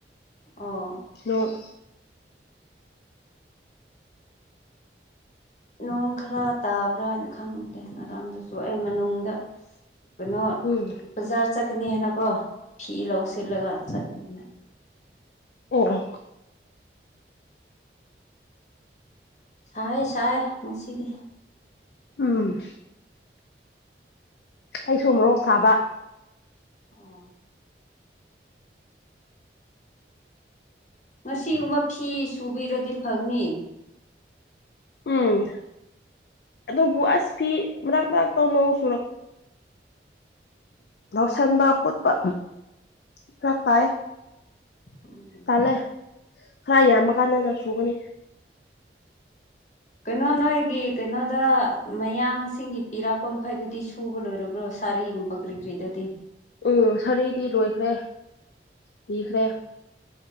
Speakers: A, on the left; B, on the left.
A: ꯑꯣ
B: ꯅꯣ
A: ꯅꯣꯡ ꯈꯔ ꯇꯥꯕ꯭ꯔꯥ ꯈꯪꯗꯦ ꯉꯔꯥꯡꯗꯨꯁꯨ ꯑꯩ ꯃꯅꯨꯡꯗ ꯀꯩꯅꯣ
B: ꯎꯝ
A: ꯕꯖꯥꯔ ꯆꯠꯀꯅꯤ ꯍꯥꯏꯅꯀꯣ ꯐꯤ ꯂꯧꯁꯤꯜꯂꯒ ꯆꯠꯀꯅꯤꯅ
B: ꯑꯣ ꯑꯣ
A: ꯁꯥꯏ ꯁꯥꯏ ꯉꯁꯤꯗꯤ
B: ꯎꯝ ꯑꯩꯁꯨ ꯃꯣꯔꯣꯛ ꯁꯥꯕ
A: ꯑꯣ ꯉꯁꯤꯒꯨꯝꯕ ꯐꯤ ꯁꯨꯕꯤꯔꯗꯤ ꯐꯒꯅꯤ
B: ꯎꯝ ꯑꯗꯨꯕꯨ ꯑꯁ ꯐꯤ ꯃꯔ ꯃꯔꯛꯇ ꯅꯣꯡ ꯁꯨꯔꯛ ꯌꯥꯎꯁꯟꯕ ꯈꯣꯠꯄ ꯐꯔꯛ ꯇꯥꯏꯌꯦ
A: ꯎꯝ
B: ꯇꯥꯜꯂꯦ ꯈꯔ ꯌꯥꯝꯕ ꯀꯥꯟꯗ ꯅ ꯁꯨꯒꯅꯤ
A: ꯀꯩꯅꯣ ꯅꯣꯏꯒꯤ ꯀꯩꯅꯣꯗ ꯃꯌꯥꯡꯁꯤꯡꯒꯤ ꯄꯤꯔꯛꯄ ꯃꯈꯩꯗꯨꯗꯤ ꯁꯨꯕ ꯂꯣꯏꯔꯕ꯭ꯔꯣ ꯁꯥꯔꯤꯒꯨꯝꯕ ꯀ꯭ꯔꯤ ꯀ꯭ꯔꯤꯗꯨꯗꯤ
B: ꯎꯝ ꯁꯥꯔꯤꯗꯤ ꯂꯣꯏꯈ꯭ꯔꯦ ꯄꯤꯈ꯭ꯔꯦ